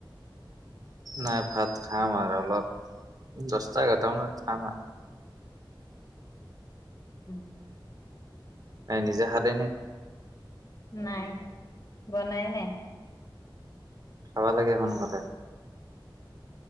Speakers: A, on the right; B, on the left.
A: নাই ভাত খাম আৰু অলপ দছটা এঘাৰটামানত খাম আৰু।
B: উম,
A: নাই নিজে হা <inaudible>
B: নাই বনাই নাই।
A: খাবা লাগে সোনকালে।